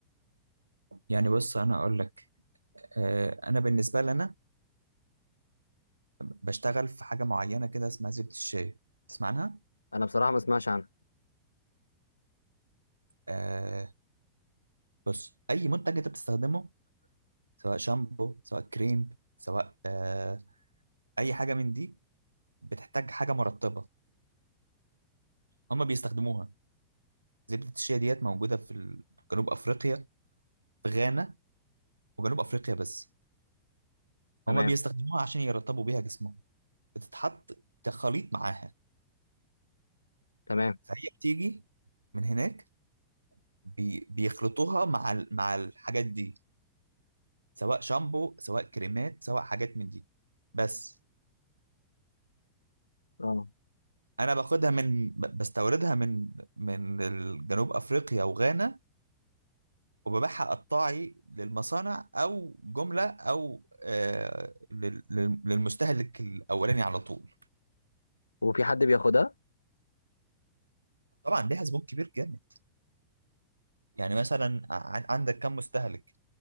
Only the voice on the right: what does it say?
يعني بص انا اقول لك آه، انا بالنسبه لي انا بشتغل في حاجه معينه كده اسمها زبده الشيا تسمع عنها
آه، بص اي منتج انت بتستخدمه سواء شامبو سواء كريم سواء آه، اي حاجه من دي بتحتاج حاجه مرطبه هما بيستخدموها زبده الشيا ديت موجوده في ال- جنوب افريقيا في غانا وجنوب افريقيا بس
هما بيستخدموها عشان يرطبوا بيها جسمهم بتتحط كخليط معاها
فهي بتيجي من هناك بي- بيخلطوها مع ال- مع الحاجات دي سواء شامبو سواء كريمات سواء حاجات من دي بس
انا باخدها من ب- بستوردها من من ال- جنوب افريقيا وغانا وببيعها قطاعي للمصانع او جمله او آه لل- لل- للمستهلك الاولاني على طول
طبعا ليها زبون كبير جامد يعني مثلا ع- عندك كم مستهلك